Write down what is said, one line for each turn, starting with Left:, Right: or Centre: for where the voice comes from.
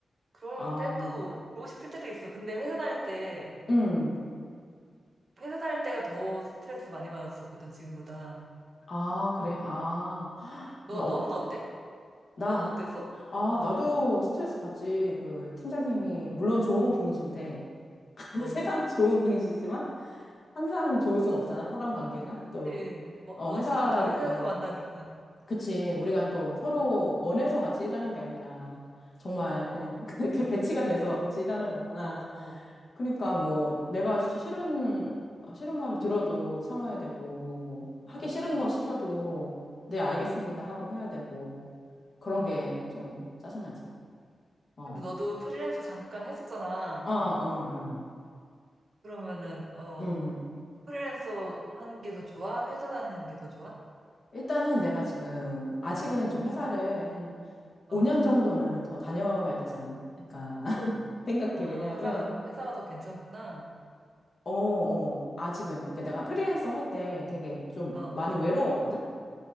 Right: 그럴
Left: 아,
Right: 때도, 그러고 싶을 때도 있어. 근데 회사 다닐 때,
Left: 음,
Right: 회사 다닐 때가 더 스트레스 많이 받았었거든, 지금보다.
Left: 아, 그래. 아, <gasps>
Right: 너,
Left: 나, 어,
Right: 너는 어때?
Left: 나,
Right: 너는 어땠어?
Left: 아,
Right: 어,
Left: 나도 스트레스 받지. 그 팀장님이, 물론 좋은 분이신데, <laughs>
Right: 어.
Left: 세상 좋은 분이시지만, 항상 좋을 순 없잖아. 사람 관계가. 또,
Right: 그치. 원-
Left: 어,
Right: 원수는
Left: 회사니까.
Right: 다 회사에서 만나니까.
Left: 그치. 우리가 또 서로 원해서 같이 일하는 게 아니라 정말
Right: 어, 어,
Left: 그냥 <laughs> 그렇게 배치가 돼서 같이 일하는 거잖아.
Right: 어,
Left: 그러니까 뭐 내가 시- 싫은, 아, 싫은 말을 들어도 참아야 되고, 뭐 하기
Right: 어,
Left: 싫은 거 시켜도 네, 알겠습니다 하고 해야 되고, 그런
Right: 어.
Left: 게 좀 짜증나지. 어.
Right: 근데 너도 프리랜서 잠깐 했었잖아.
Left: 아, 어, 응,
Right: 그러면은, 어,
Left: 응. 음.
Right: 프리랜서 하는 게 더 좋아? 회사 다니는 게 더 좋아?
Left: 일단은 내가 지금 아직은 좀 회사를 한
Right: 어,
Left: 5년 정도는 더 다녀야 되지 않을까 <laughs> 생각해.
Right: 아,
Left: 왜냐하면
Right: 회사가, 회사가 더 괜찮구나.
Left: 어, 어, 아직은. 그러니까 내가 프리랜서 할 때 되게 좀
Right: 어,
Left: 많이 외로웠거든?